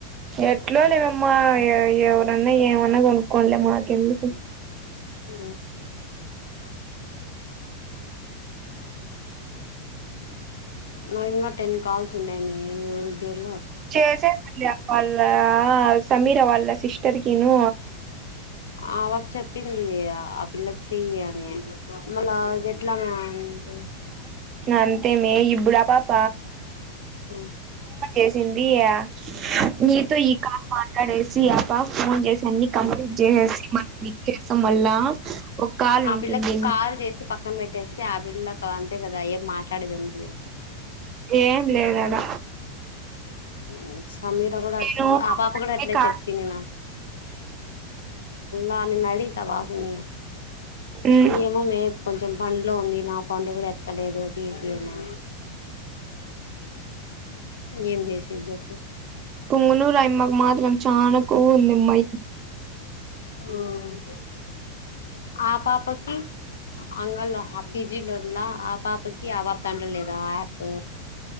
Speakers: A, on the right; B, on the left.
A: ఎట్లా లేవమ్మా ఎవరన్నా ఏమన్నా కొనుక్కోనలే మాకెందుకు
B: అ నా ఇంకా టెన్ కాల్స్ ఉన్నాయి మీ ఈ ఊరు జేల్లో
A: చేసే వాళ్ళ సమీరా వాళ్ళ సిస్టర్కిను
B: ఆవాకు చెప్పింది ఆ పిల్లకి చెయ్యి అని మళ ఎట్లా మే అంటే
A: అంతే మ ఇబడా పాప
B: అ
A: ఏసింది ఆ నీ తో ఈ కాల్ మ అడేసి ఆపా ఫోన్ జెసి అన్ని కంప్లీట్ చేసేసి మ క్లిక్ చేసం మల్లా ఒక కాల్
B: ఆ
A: ఉంటుంది
B: పిల్లకి కాల్ చేసి పక్కన పెట్టేసి ఆ పిల్లా అ అంతే కదా ఏం మాట్లాడేదంది
A: ఏం లేదడా
B: ఆ సమీరా కూడా
A: నేను
B: తు ఆ పాప గుడా
A: అదే
B: అట్లే
A: కాల్
B: చెపింది నాకు గా నిన్న అడిగితి ఆ పాపని
A: మ్
B: ఏమో మే కొంచెం పంన్లో ఉంది నా పండు కూడా ఎత్తలేదు దీది అనే ఏం జేసేది చెప్పు
A: పుంగనూరు అయ్యమ్మకు మా అయ్యమ్మకు చానా కొవ్వు ఉంది అమ్మాయ్
B: చెప్పు ఆ పాపకి అంగల్లో పీజీ చదవ్లా ఆ పాపకి ఆ పాప దాంట్లో లేదా ఆ యాప్